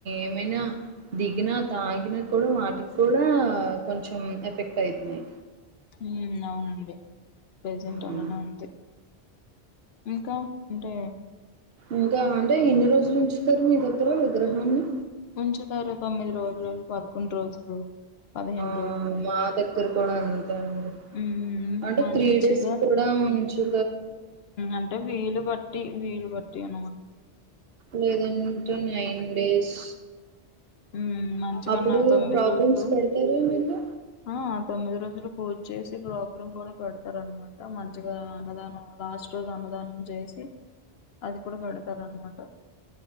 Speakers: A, on the right; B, on the left.
A: ఏమైనా దిగిన తాగినా కూడా వాటికి కూడా కొంచ ఎఫెక్ట్ అయితన్నయి
B: ఉ అవునండి ప్రజెంట్
A: మ్మ్.
B: <unintelligible> అంటే ఇంకా అంటే
A: ఇంకా అంటే ఎన్ని రోజులు ఉంచుతారు మీ దగ్గర విగ్రహాన్ని
B: ఉంచుతారు తొమ్మిది రోజులు పదకొండు రోజులు పదిహేను
A: ఆ
B: రోజులు
A: మాదగ్గరకు క <unintelligible> అడి
B: ఉమ్
A: అంటే
B: మంచిగా
A: త్రీ డేస్ కూడా ఉంచు
B: అంటే వీలు బట్టి వీలు బట్టి అ
A: లేదంట నైన్ డేస్
B: ఉ మంచిగాన్న
A: అప్పుడు
B: తొమ్మిది
A: ప్రాబ్లమ్స్
B: రోజులు
A: పెడతారు మీకు
B: ఆ తొమ్మిది రోజులు పూజ్చేసి ప్రోగ్రాం గుడా పెడతారన్నమాట. మంచిగా అన్నదానం లాస్ట్ రోజు అన్నదానం చేసి అది కూడా పెడ రన్నమాట.